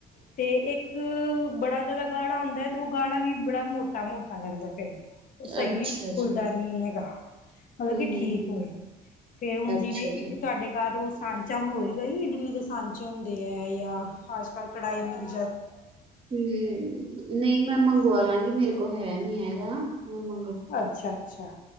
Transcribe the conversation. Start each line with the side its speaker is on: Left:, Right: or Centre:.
Left: ਤੇ ਇੱਕ ਬੜਾ ਜਿਆਦਾ ਗਾੜਾ ਹੁੰਦਾ ਹੈ। ਤੇ ਉਹ ਗਾੜਾ ਵੀ ਬੜਾ ਮੋਟਾ ਮੋਟਾ ਲਗਦਾ ਪਿਆ ਉਹ ਸਹੀ
Right: ਅੱਛਾ ਜੀ
Left: ਫੁੱਲਦਾ ਨੀ ਹੈਗਾ। ਮਤਲਬ
Right: ਹੂੰ
Left: ਕੀ
Right: ਹੂੰ
Left: ਠੀਕ
Right: ਹੂੰ
Left: ਹੋਏ ਫੇਰ ਹੁਣ
Right: ਅੱਛਾ
Left: ਜਿਵੇਂ
Right: ਜੀ
Left: ਕਿ ਤੁਹਾਡੇ ਘਰ ਉਸ ਖਰਚਾ ਹੋਏਗਾ ਹੀ ਇਡਲੀ ਦੇ ਸਾਂਚੇ ਹੁੰਦੇ ਹੈ ਜਾਂ ਅੱਜ -ਕੱਲ੍ਹ ਕੜਾਹੀ ਵਿਚ
Right: ਹਮ ਨਹੀਂ ਮੈਂ ਮੰਗਵਾ ਲਾਂਗੀ ਮੇਰੇ ਕੋਲ ਹੈ ਨੀ ਹੈਗਾ ਹੱਮ
Left: ਅੱਛਾ ਅੱਛਾ